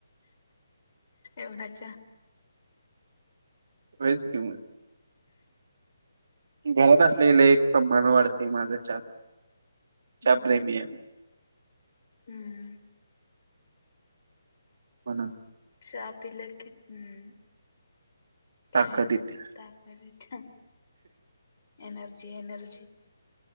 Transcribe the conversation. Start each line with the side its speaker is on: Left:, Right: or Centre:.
Left: एवढा चहा.
Right: होईच की मग. घरात असले की लय एक प्रमाण वाढतंय माझं चहा चहा
Left: हम्म
Right: प्रेमी आहे मी.
Left: हम्म.
Right: म्हणून.
Left: चहा पिलं की हम. काय
Right: ताकद येते
Left: ताकत येत्या एनर्जी एनर्जी.